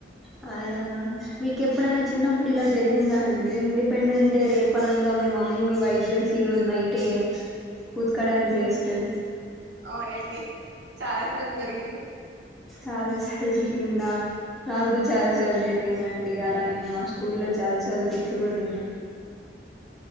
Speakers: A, in the centre; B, on the right.
A: అ ఎలార మీకు ఎప్పుడన్నా చిన్నప్పుడు ఇలా జరిగిందా అండి ఇండిపెండెన్స్ డే రేపనంగా మీ మమ్మీ మీ వైట్ డ్రస్ ఈ రోజు నైటే ఉతుకడానికి వేసి
B: అవునండి చాలా సార్లు జరిగింది
A: చాల సార్లు జరిగింద నాకు చాలా సార్లు జరిగిందండి అలా నేను మా స్కూల్లో చాలా సార్లు తిట్లు కూడా తిన్నాను